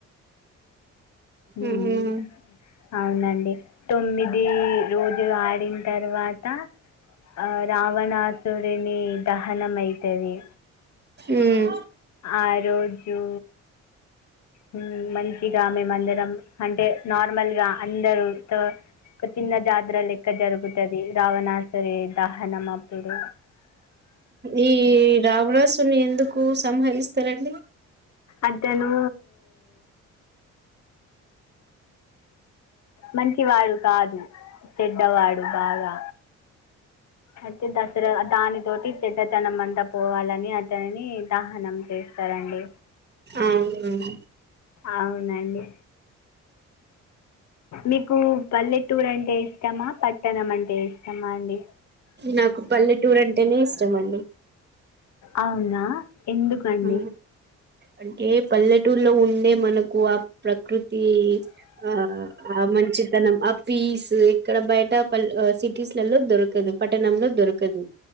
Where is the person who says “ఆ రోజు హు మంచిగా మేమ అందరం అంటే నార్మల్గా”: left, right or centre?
Left